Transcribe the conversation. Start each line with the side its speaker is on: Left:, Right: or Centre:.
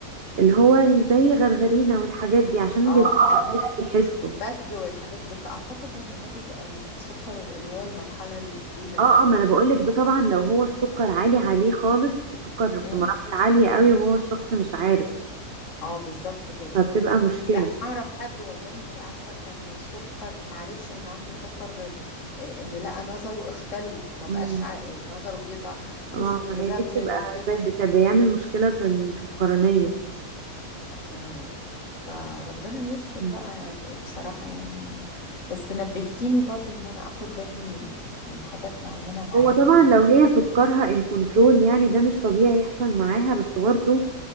Right: اللي هو ال- زي غرغرينا والحاجات دي عشان
Left: اه
Right: بيبقوا
Left: لا بس
Right: مش بيحسوا
Left: البتر والحاجات دي، بس اعتقد ان ده بيبقى سكر اللي هو المرحله الاولى
Right: اه
Left: تقريبا
Right: اه ما انا بقولك ده طبعا لو هو السكر عالي عليه خالص السكر في
Left: امم
Right: مراحل عالية قوي وهو الشخص مش عارف
Left: اه بالظبط كده
Right: فبتبقى مشكلة
Left: لا اعرف حد والله انت عارفه كان السكر معرفش ان عنده سكر غير آه، ان لقى نظره اختل ما بقاش
Right: امم
Left: عا- نظره بيضع
Right: طبعا
Left: مش مزغلل
Right: ما هي دي بتبقى
Left: وكده
Right: زي بت- بيعمل مشكلة في ال- في القرنية
Left: امم فربنا يستر
Right: مم.
Left: بقى بصراحة يعني بس نبهتيني برضو ان انا اخد بالي من من حاجات معينة معاها
Right: هو طبعا
Left: يعني
Right: لو هي سكرها ان كنترول يعني ده مش طبيعي يحصل معاها بس برضه